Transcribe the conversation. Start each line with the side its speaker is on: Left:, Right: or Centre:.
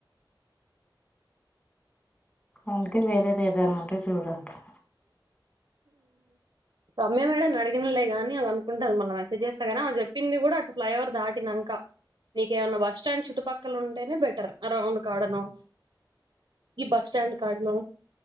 Left: అందుకే వేరేది ఏదన్న ఉంటే చూడు అంటున్న
Right: రమ్య మేడం అడిగిన్లే గాని ఆమె అనుకుంటది, మళ్ళీ మెసేజ్ చేస్తే కానీ ఆమె చెప్పింది కూడా, అటు ఫ్లైఓవర్ దాటినాక నీక ఏమన్నా బస్ స్టాండ్ చుట్టుపక్కల ఉంటేనే బెటర్ ఆ రౌండ్ కాడనో ఈ బస్ స్టాండ్ కాడనో.